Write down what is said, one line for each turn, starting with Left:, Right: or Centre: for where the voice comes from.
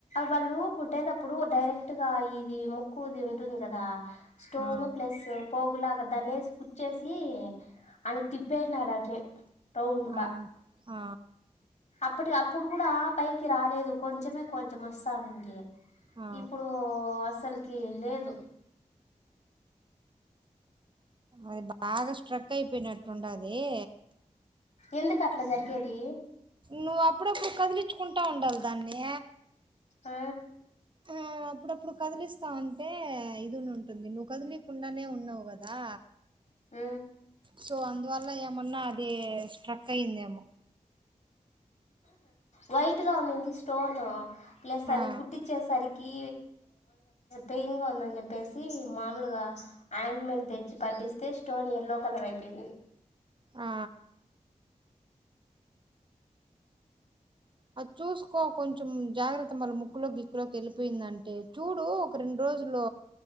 Left: వాళ్ళు కుట్టేటప్పుడు డైరెక్ట్ గా ఇది ముక్కు ఇది ఉంటుంది కదా స్టోన్
Right: ఆ
Left: ప్లస్ పోగులాక దనేసి కుచ్చేసి అది తిప్పేసినారు అట్లే <unintelligible>
Right: ఆ ఆ
Left: అప్పటి అప్పుడు కూడా పైకి రాలేదు కొంచమే కొంచెం వస్తానింది
Right: ఆ
Left: ఇప్పుడు తనికి లేదు
Right: అది బాగా స్ట్రక్ అయిపోయినట్లుండాది ఏ
Left: ఎందుకు అట్లా జరిగేది
Right: నువ్వు అప్పుడప్పుడు కదిలించుకుంటా ఉండాలి దాన్ని
Left: ఆ
Right: ఆ అప్పుడప్పుడు కదిలిస్తాంటే ఇదిఉండి ఉంటుంది నువ్వు కదిలియకుండానే ఉన్నావు కదా
Left: ఆ
Right: సో అందువల్ల ఏమన్నా అది స్ట్రక్ అయ్యంద ఏమో
Left: వైట్ గా ఉనింది స్టోన్ పిలేసరి
Right: ఆ
Left: కుట్టిచ్చేసరికి పెయిన్గా ఉందని చెప్పేసి మామూలుగా ఆయింట్మెంట్ తెచ్చి పట్టిస్తే స్టోన్ ఎయల్లో కలర్ అయిపోయింది.
Right: ఆ అది చూసుకో కొంచెం జాగ్రత్త మళ్ళ ముక్కులో గిక్కులోకి వెళ్ళిపోయిందంటే చూడు ఒక రెండు రోజులు